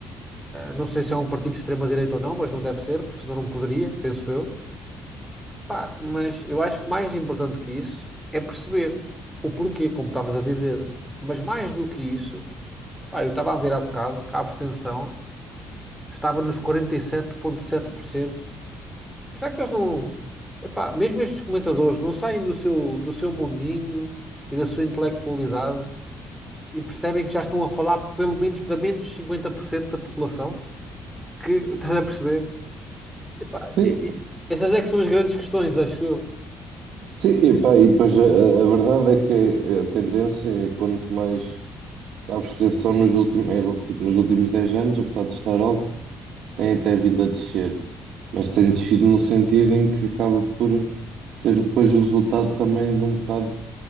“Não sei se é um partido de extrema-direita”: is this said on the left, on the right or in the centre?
Centre